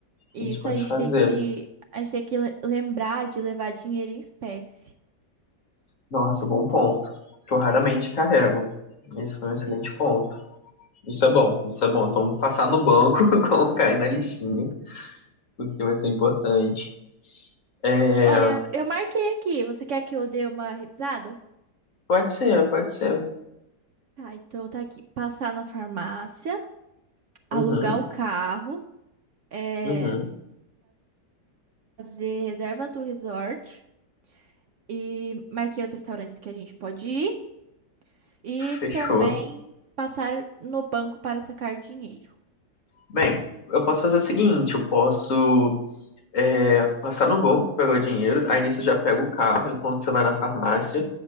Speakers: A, on the right; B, on the left.
A: E
B: A gente
A: isso
B: pode
A: a gente
B: fazer.
A: tem que, a gente tem que le- lembrar de levar dinheiro em espécie.
B: Nossa, bom ponto. Que eu raramente carrego. Esse foi um excelente ponto. Isso é bom, isso é bom. Então, passar no banco, <laughs> colocar aí na listinha, porque vai ser importante. É,
A: Olha, eu marquei aqui. Você quer que eu dê uma revisada?
B: pode ser, pode ser.
A: Tá, então tá aqui. Passar na farmácia, alugar
B: Uhum,
A: o carro. é,
B: uhum.
A: fazer reserva do resort e marquei os restaurantes que a gente pode ir e
B: Fechou.
A: também passar no banco para sacar dinheiro.
B: Bem, eu posso fazer o seguinte, eu posso é, passar no banco, pegar o dinheiro, aí nisso eu já pego o carro enquanto você vai na farmácia,